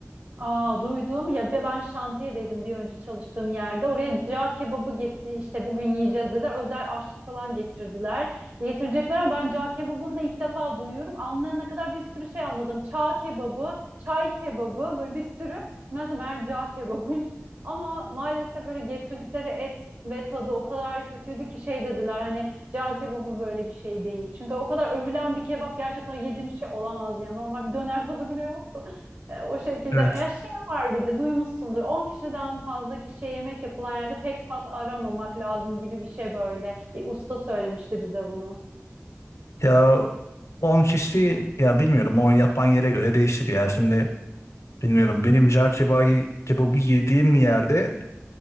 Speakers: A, on the right (about 55°); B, on the left (about 75°).
A: Aa, duydum ya be- ben şantiyedeydim bir önce çalıştığım yerde. Oraya cağ kebabı getir işte bugün yiyeceğiz dediler. Özel aşçı falan getirdiler. Getirecekler ama ben cağ kebabını da ilk defa duyuyorum. Anlayana kadar bir sürü şey anladım. Çağ kebabı, çay kebabı böyle bir sürü. Mesela meğer cağ kebabıymış. Ama maalesef böyle getirdikleri et ve tadı o kadar kötüydü ki şey dediler hani cağ kebabı böyle bir şey değil. Çünkü o kadar övülen bir kebap gerçekten yediğim şey olamaz ya. Normal bir döner tadı bile yoktu. E, o şekilde.
B: Evet.
A: E, şey var bir de duymuşsundur. on kişiden fazla kişiye yemek yapılan yerde pek tat aramamak lazım gibi bir şey böyle. Bir usta söylemişti bize bunu.
B: Ya 10 kişi ya bilmiyorum o yapan yere göre değişir ya. Şimdi bilmiyorum benim cağ kebabı, kebabı yediğim yerde